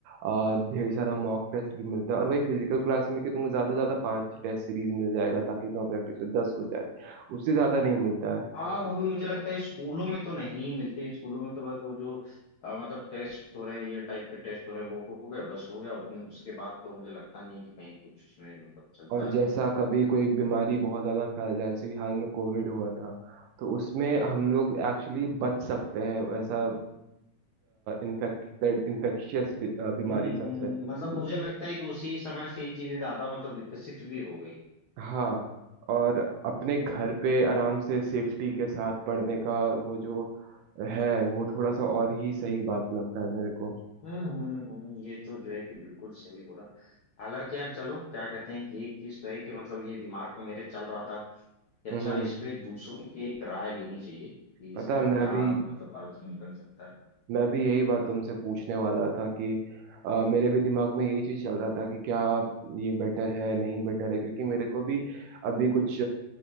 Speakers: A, on the right (about 75°); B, on the left (about 70°).
A: आ, ढेर सारा मॉक टेस्ट भी मिलता है और वही फिजिकल क्लास में कि तुमको ज़्यादा से ज़्यादा पांच टेस्ट सीरीज मिल जाएगा ताकि तुम्हारा प्रैक्टिस दस हो जाए उससे ज़्यादा नहीं मिलता है
B: हाँ वो भी मुझे लगता है स्कूलों में तो नहीं मिलते हैं स्कूलों में तो बस वो जो अ, मतलब टेस्ट हो रहे हैं ये टाइप के टेस्ट हो रहे हैं वो हो गए बस हो गया उतने उसके बाद तो मुझे लगता नहीं है कि कहीं कुछ उसमें मतलब चलता
A: और जैसा
B: है
A: कभी कोई बीमारी बहुत ज़्यादा फैल जाए जैसे कि हाल में कोविड हुआ था तो उसमें हम लोग एक्चुअली बच सकते हैं ऐसा इन्फेक्ट इन्फेक्शियस बीमारी
B: हम्म
A: सबसे
B: हम्म, मतलब मुझे लगता है कि उसी समय से ये चीजें ज्यादा मतलब विकसित भी हो गई
A: हाँ और अपने घर पे आराम से सेफ्टी के साथ पढ़ने का वो जो है वो थोड़ा सा और ही सही बात लगता है मेरे को
B: हम्म हम्म हम्म, ये तो जो है कि बिल्कुल सही बोला हालांकि यार चलो क्या कहते हैं कि एक चीज तो है कि मतलब ये दिमाग में मेरे चल रहा था कि अच्छा
A: हम्म
B: इस पे दूसरों की एक राय लेनी चाहिए कि इसका
A: पता है मैं
B: क्या
A: भी
B: मतलब अर्थ निकल सकता है
A: मैं भी यही बात तुमसे पूछने वाला था कि अ, मेरे भी दिमाग में यही चीज चल रहा था कि क्या ये बेटर है नहीं बेटर है क्योंकि मेरे को भी अभी कुछ